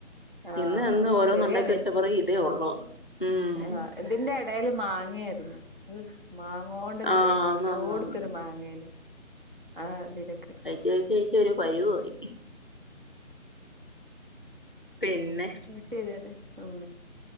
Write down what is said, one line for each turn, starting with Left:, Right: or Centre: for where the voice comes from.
Right: ആഹ
Left: ഇന്ന് ഇന്ന് ഓരോന്നുണ്ടാക്കി
Right: ശരിയാണ്
Left: വെച്ച പറയും ഇതേ ഉള്ളൂന്ന് ഉം
Right: ആ ഇതിന്റെ എടേൽ മാങ്ങ. മാങ്ങായിരുന്നു ഹ് മാങ്ങോണ്ടരു
Left: ആഹ്
Right: ഇതേനു
Left: ആന്നാന്നാന്ന്
Right: എല്ലോടുത്തൊരു മാങ്ങേനി. ആ ഇതിനൊക്കെ.
Left: കഴിച്ച് കഴിച്ച് കഴിച്ച് ഒരു പരുവായി പിന്നെ
Right: ശെരിയാണ്, ഉം